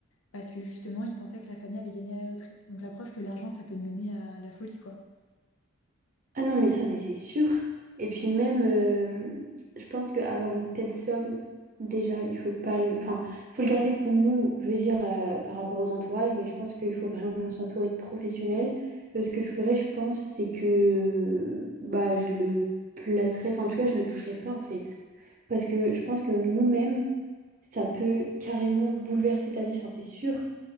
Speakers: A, on the left; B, on the right.
A: parce que justement, ils pensaient que la famille avait gagné à la loterie. Donc la preuve que l'argent, ça peut mener à la folie, quoi.
B: Ah non, mais ça, mais c'est sûr. Et puis même, euh, je pense qu'avoir une telle somme, déjà, il faut pas le... Enfin, faut le garder pour nous, je veux dire, euh, par rapport aux entourages, mais je pense qu'il faut vraiment s'entourer de professionnels. Euh, ce que je ferais, je pense, c'est que euh, bah, je le placerais, enfin, en tout cas, je le toucherais pas, en fait. Parce que je pense que nous-mêmes, ça peut carrément bouleverser ta vie, enfin, c'est sûr.